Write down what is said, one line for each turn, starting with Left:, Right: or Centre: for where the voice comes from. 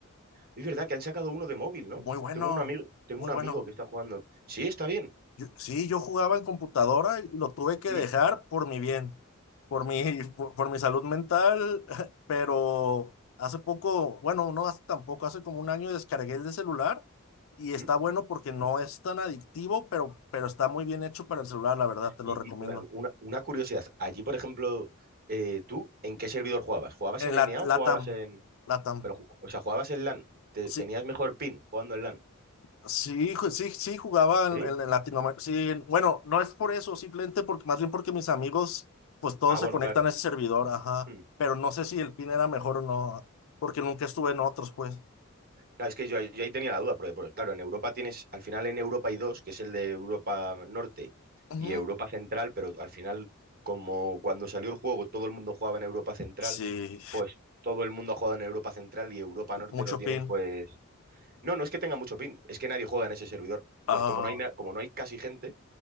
Right: Es verdad que han sacado uno de móvil, ¿no?
Left: Muy bueno,
Right: Tengo un amigo, tengo
Left: muy
Right: un
Left: bueno.
Right: amigo que está jugando. Sí, está bien.
Left: Yo- sí, yo jugaba en computadora y lo tuve que
Right: ¿Mm?
Left: dejar por mi bien, por mi, <laughs> por, por mi salud mental, <laughs> pero hace poco, bueno, no hace tampoco, hace como un año descargué el de celular y está
Right: ¿Mm?
Left: bueno porque no es tan adictivo, pero, pero está muy bien hecho para el celular, la verdad, te
Right: Y,
Left: lo recomiendo.
Right: y una, una- una curiosidad. Allí, por ejemplo, eh, ¿tú en qué servidor jugabas? ¿Jugabas en
Left: En
Right: N
Left: la,
Right: NA
Left: Latam,
Right: o jugabas en...
Left: Latam.
Right: Pero, ju- o sea, jugabas en LAN? ¿Te-
Left: Sí,
Right: ¿Tenías mejor pin jugando en LAN?
Left: Sí, ju- sí, sí, jugaba en,
Right: ¿Sí?
Left: en en Latinoamérica. Sí, bueno, no es por eso, simplemente porque, más bien porque mis amigos, pues todos
Right: Ah, bueno,
Left: se conectan
Right: claro.
Left: a ese servidor, ajá.
Right: Mm.
Left: Pero no sé si el PIN era mejor o no, porque nunca estuve en otros, pues.
Right: Claro, es que yo, yo ahí tenía la duda, porque, porque, claro, en Europa tienes, al final en Europa hay dos, que es el de Europa Norte
Left: Ujú.
Right: y Europa Central, pero al final, como cuando salió el juego todo el mundo jugaba en Europa Central,
Left: Sí,
Right: pues todo el mundo ha jugado en Europa Central y Europa Norte
Left: mucho
Right: lo tienes,
Left: PIN.
Right: pues... No, no es que tenga mucho pin, es que nadie juega en ese servidor. Entonces,
Left: Ah,
Right: como no hay, na- como no hay casi gente